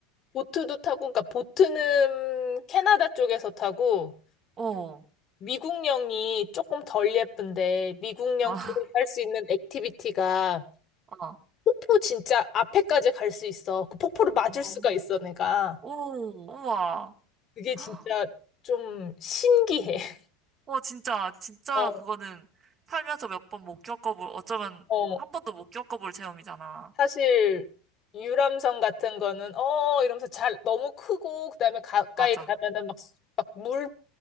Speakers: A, on the left; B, on the right.
A: 보트도 타고, 그러니까 보트는 캐나다 쪽에서 타고,
B: 어,
A: 미국령이 조금 덜 예쁜데, 미국령
B: 아,
A: 쪽에서 할 수 있는 액티비티가
B: 아,
A: 폭포 진짜 앞에까지 갈 수 있어. 그 폭포를 맞을
B: 어.
A: 어, 수가 있어, 내가.
B: 오, 우와.
A: 그게 진짜
B: 헉,
A: 좀 신기해. <laughs>
B: 와, 진짜, 진짜
A: 어,
B: 그거는 살면서 몇 번 못 겪어볼, 어쩌면
A: 어.
B: 한 번도 못 겪어볼 체험이잖아.
A: 사실 유람선 같은 거는 어 이러면서 잘 너무 크고 그다음에 가까이
B: 맞아.
A: 가면은 막, 수- 막 물이